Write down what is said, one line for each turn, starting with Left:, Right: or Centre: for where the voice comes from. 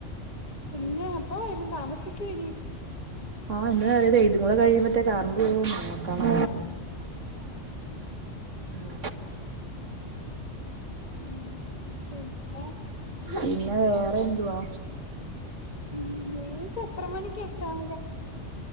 Left: പിന്നെ അപ്പ ഇവരും താമസിക്കൂ ഇനി
Right: ആഹ് ഇന്ന് അറിയതെ ഇതും കൂടെ കഴിയുമ്പത്തേക്ക് കരണ്ട് പോവോ നോക്കണം ഉം
Left: യ <unintelligible>
Right: പിന്നെ വേറെ എന്തുവാ
Left: ഉം നിങ്ങക്ക് എത്ര മണിക്ക എക്സാം